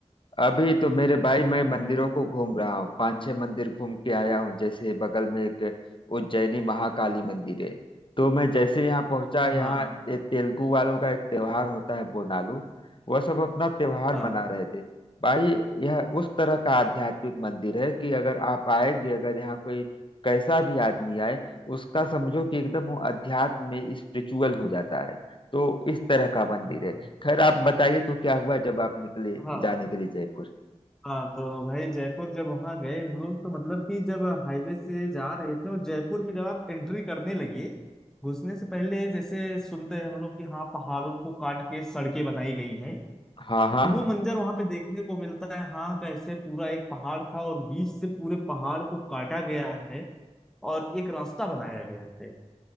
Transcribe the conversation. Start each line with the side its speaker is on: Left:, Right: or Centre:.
Left: अभी तो मेरे भाई मैं मंदिरों को घूम रहा हूँ पांच छह मंदिर घूम के आया हूँ जैसे बगल में एक उज्जैनी महाकाली मंदिर है तो मैं जैसे यहाँ पहुंचा यहाँ
Centre: हाँ
Left: ये तेलुगु वालों का एक त्योहार होता है बोनालू वह सब अपना त्योहार
Centre: हाँ
Left: मना रहे थे भाई यह उस तरह का आध्यात्मिक मंदिर है कि अगर आप आएंगे अगर यहाँ कोई कैसा भी आदमी आए उसका समझो कि एकदम वो अध्यात्म में स्पिरिचुअल हो जाता है तो इस तरह का मंदिर
Centre: हाँ
Left: है खैर आप बताइए तो क्या हुआ जब आप निकले
Centre: हाँ
Left: जाने के लिए जयपुर
Centre: हाँ तो भाई जयपुर जब वहाँ गए हम लोग तो मतलब कि जब हाईवे से जा रहे थे और जयपुर में जब आप एंट्री करने लगी घुसने से पहले जैसे सुनते हैं हम लोग कि हाँ पहाड़ों को काट के सड़कें बनाई गई हैं
Left: हाँ
Centre: तो
Left: हाँ
Centre: वो मंजर वहां पे देखने को मिलता है हाँ कैसे पूरा एक पहाड़ था और बीच से पूरे पहाड़ को काटा गया है और एक रास्ता बनाया गया है